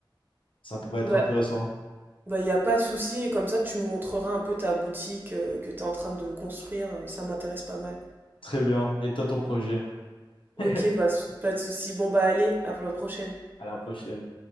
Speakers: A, on the left; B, on the right.
A: ça pourrait être
B: Bah,
A: intéressant.
B: bah, y a pas de souci, et comme ça, tu me montreras un peu ta boutique euh, que tu es en train de construire, euh, ça m'intéresse pas mal.
A: Très bien. Et toi, ton projet? <laughs>
B: Ok, bah, s- pas de souci. Bon, bah, allez, à la prochaine.
A: À la prochaine.